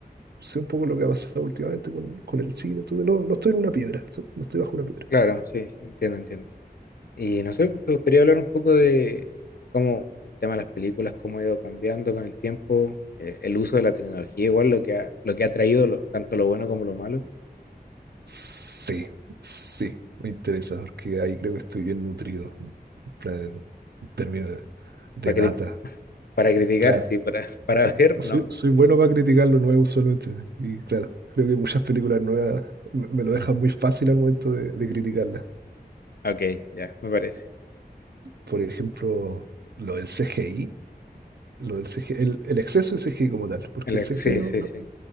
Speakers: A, on the right; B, on the left.
A: sé un poco lo que ha pasado últimamente con, con el cine. Entonces, no, no estoy en una piedra, so- no estoy bajo una piedra.
B: claro, sí, sí, entiendo, entiendo. Y no sé, pues, te gustaría hablar un poco de cómo el tema de las películas, cómo ha ido cambiando con el tiempo, eh, el uso de la tecnología, igual lo que ha, lo que ha traído lo- tanto lo bueno como lo malo,
A: Sí, sí, me interesa porque ahí creo que estoy bien nutrido, en plan, en términos de
B: para,
A: data.
B: cri- <laughs> para criticar,
A: Claro,
B: sí, para, <laughs> para ver,
A: soy,
B: no.
A: soy bueno para criticar lo nuevo usualmente, sí, y claro, creo que muchas películas nuevas me, me lo dejan muy fácil al momento de, de criticarlas.
B: Ok, ya, me parece.
A: Por ejemplo, lo del CGI, lo del CGI, el, el exceso de CGI como tal, porque
B: El
A: el CGI
B: sí,
A: no,
B: sí,
A: no-
B: sí.